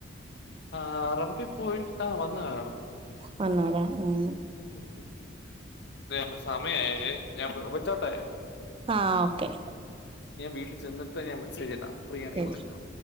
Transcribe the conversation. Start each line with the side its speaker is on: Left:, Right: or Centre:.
Left: പാറമ്പി പോയിപ്പാ വന്ന് കാണും
Right: വന്നൂലേ ഉം
Left: ഉം.. ദേ സമയായേ ഞാൻ വ വെച്ചോട്ടെ
Right: ആഹ് ഓക്കെ
Left: ഞാ വീട്ടി ചെന്നിട്ട് ഞാൻ മെസ്സേജിടാം. ഫ്രീയാണെ
Right: ശരി
Left: വിള്ക്കോ?